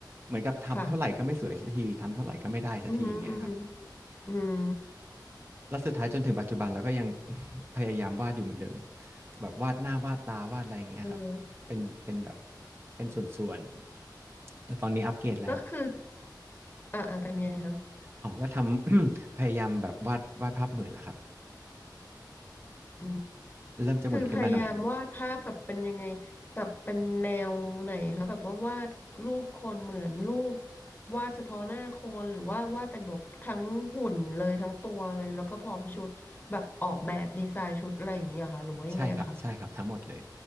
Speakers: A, on the right (about 30°); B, on the left (about 25°).
A: เหมือนกับทำเท่าไหรก็ไม่สวยสักทีทำเท่าไหรก็ไม่ได้สักทีอย่างเงี้ยครับ
B: ค่ะ อืมอืมอืม
A: แล้วสุดท้ายจนถึงปัจจุบันเราก็ยัง <laughs> พยายามวาดอยู่เหมือนเดิมแบบวาดหน้าวาดตาวาดอะไรอย่างเงี้ยครับเป็นเป็นแบบ
B: อืม
A: เป็นส่วนๆแต่ตอนนี้อัปเกรดแล้ว
B: ก็คืออ่าอ่าเป็นไงคะ
A: <coughs> อ๋อก็ทำ <coughs> พยายามแบบวาดวาดภาพเหมือนแล้วครับ
B: อืม
A: เริ่มจะเหมือนขึ้นมาหน่อยหนึ่ง
B: คือพยายามวาดภาพแบบเป็นยังไงแบบเป็นแนวไหนคะแบบว่าวาดรูปคนเหมือนรูปวาดเฉพาะหน้าคนหรือว่าวาดเป็นแบบทั้งหุ่นเลยทั้งตัวเลยแล้วก็พร้อมชุดแบบออกแบบดีไซน์ชุดอะไรอย่างเงี้ยค่ะหรือว่ายังไงอะคะ
A: ใช่ครับใช่ครับทั้งหมดเลย